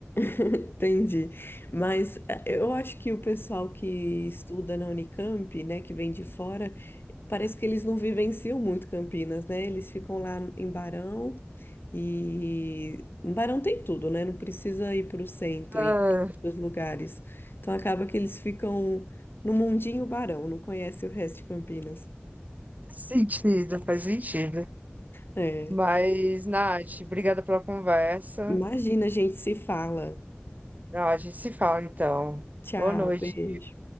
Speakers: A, on the left; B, on the right.
A: <laughs> entendi. Mas eh, eu acho que o pessoal que estuda na Unicamp, né, que vem de fora, parece que eles não vivenciam muito Campinas, né? Eles ficam lá em Barão e em Barão tem tudo, né? Não precisa ir para o centro
B: Ah,
A: e ir para outros lugares. Então acaba que eles ficam no mundinho Barão, não conhece o resto de Campinas.
B: faz sentido, faz sentido.
A: É.
B: Mas, Nath, obrigada pela conversa.
A: Imagina, a gente se fala.
B: Ah, a gente se fala então.
A: Tchau,
B: Boa noite.
A: beijo.